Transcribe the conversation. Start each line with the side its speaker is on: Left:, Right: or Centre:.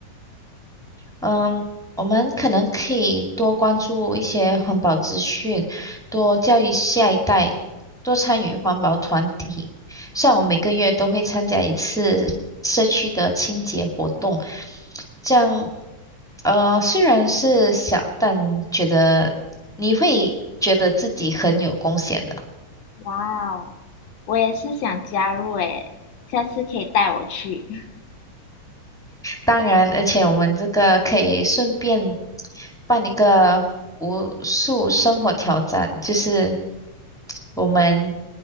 Centre: 嗯，我们可能可以多关注一些环保资讯，多教育下一代，多参与环保团体。像我每个月都会参加一次。社区。动，这样呃虽然是小，但觉得你会觉得自己很有贡献的。
Left: 哇哦，我也是想加入诶，下次可以带我去。<laughs>
Centre: 当然，而且我们这个可以顺便办一个无数生活挑战，就是我们